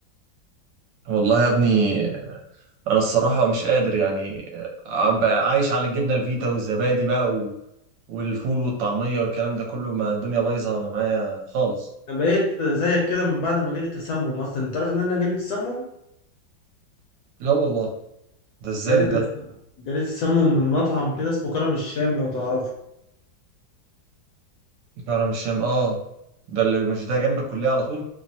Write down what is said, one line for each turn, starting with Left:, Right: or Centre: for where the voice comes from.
Right: والله يا ابني انا الصراحة مش قادر يعني عم بقى عايش على الجبنة الفيتا والزبادي بقى و... والفول والطعمية والكلام ده كله ما الدنيا بايظة معايا خالص
Left: انا بقيت زيك كده من بعد ما جالي تسمم اصلا انت عارف ان انا جالي تسمم
Right: لا والله ده ازاي
Left: جالي تسمم
Right: ده؟
Left: جالي تسمم من مطعم كده اسمه كرم الشام لو تعرفه
Right: كرم الشام اه ده اللي مش ده جنب الكلية على طول؟